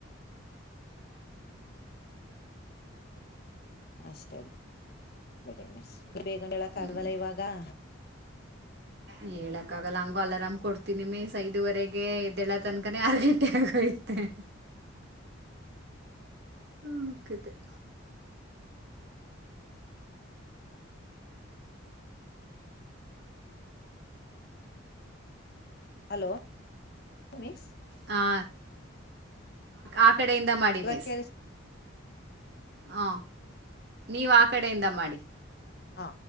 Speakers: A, on the left; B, on the right.
A: ಅಷ್ಟೇ ಬಿಡಿ ಮಿಸ್ ಬೇಗಣ ಹೇಳಕ್
B: ಹ್ಮ್
A: ಆಲ್ವಲ್ಲ ಇವಾಗ <inaudible>
B: ಹೇಳಕ್ಕ ಆಗಲ್ಲ ಹಂಗು ಅಲಾರಾಮ್ ಕೊಡ್ತೀನಿ ಮಿಸ್ ಐದುವರೆಗೆ ಎದ್ದೆಳ ತನ್ಕನೇ ಆರ್ ಗಂಟೆ ಆಗಯ್ ಹ <inaudible> ಹ್ಮಕ <inaudible>
A: ಹಲೋ ಮಿಸ್
B: ಹಾ ಆ ಕಡೆಯಿಂದ ಮಾಡಿ
A: ಇವಾಗ
B: ಮಿಸ್
A: ಕೇಳಿಸ್
B: ಹ ನೀವ್ ಆ ಕಡೆಯಿಂದ ಮಾಡಿ
A: ಹಾ